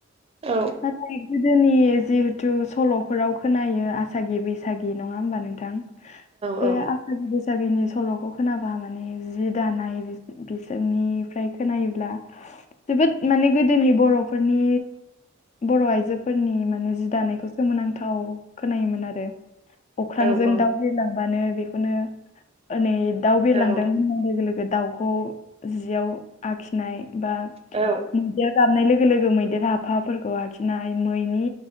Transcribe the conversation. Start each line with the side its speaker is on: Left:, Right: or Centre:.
Right: औ
Left: नाथाय गोदोनि जिहेथु सल'फोराव खोनायो आसागि बैसागि नङा होमबा नोंथां
Right: औ
Left: बे आ साखि बैसागुनि सल'खौ खोनाबा माने जि दानाय बि बिसोरनिफ्राय खोनायोब्ला जोबोद माने गोदोनि बर'फोरनि बर' आइजोफोरनि माने जि दानायखौ सोमोनांथाव खोनायोमोन आरो अख्रांजों
Right: औ औ
Left: दाउ होलांबानो बेखौनो हनै दाउ बेरलांदों
Right: औ
Left: होननाय लोगो लोगो दावखौ जियाव आखिनाय बा
Right: औ
Left: <unintelligible> जाबनाय लोगो लोगो मैदेर हाफाफ फोरखौ आखिनाय मैनि